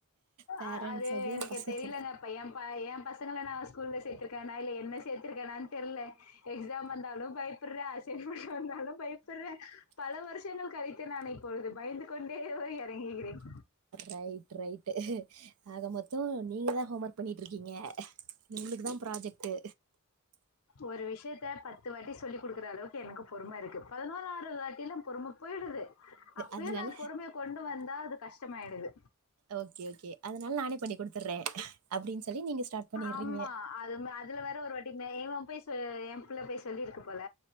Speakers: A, on the right; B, on the left.
A: பேரண்ட்ஸாகிய
B: அ அது எனக்கு
A: பசங்க
B: தெரியலங்க. இப்ப என் ப ஏ பசங்கள நா ஸ்கூல்ல சேத்திருக்கனா இல்ல என்ன சேத்திருக்கனான் தெர்ல எக்ஸாம் வந்தாலு பயப்புற அசைன்மென்ட் வந்தாலு பயப்புற பல வருஷங்கள் கழித்து நானை இப்பொழுது பயந்து கொண்டே வ எறங்குகிறேன்
A: ரைட் ரைட்டு ஆக மொத்தொ நீங்கதா ஹோம் ஒர்க் பண்ணிட் இருக்கீங்க உங்ளுக்தா ப்ராஜெக்ட்டு
B: ஒரு விஷ்யத்த பத்து வாட்டி சொல்லி குடுக்குற அளவுக் எனக்கு பொறும இருக்கு பதினோருதுதாட்டிலா பொறும போயிடுது அப்பயும்
A: அதனால
B: நா பொறுமய கொ கொண்டு வந்தா அது கஷ்டமாயிடுது
A: ஓக்கே ஓகே அதனால நானே பண்ணி குடுத்துறேன் அப்டின் சொல்லி நீங்க ஸ்டார்ட் பண்ணிடுறீங்க
B: ஆமா அது மே அதுல வேற ஒரு மே வாட்டி இவ போய் என் புள்ள போய் சொல்லிருக்கு போல